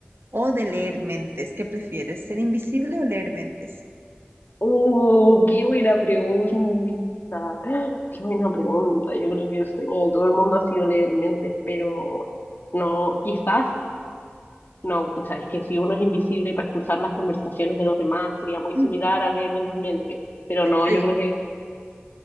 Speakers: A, on the right (about 70°); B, on the left (about 55°).
A: o de leer mentes. ¿Qué prefieres? ¿Ser invisible o leer mentes?
B: Uh, qué buena pregunta. Qué buena pregunta. Yo creo que el sueño de todo el mundo ha sido leer mentes, pero no, quizás No, o sea, es que si uno es invisible para escuchar las conversaciones de los demás, sería muy
A: <laughs>
B: similar a leer en las mentes. Pero no,
A: Sí,
B: yo creo que,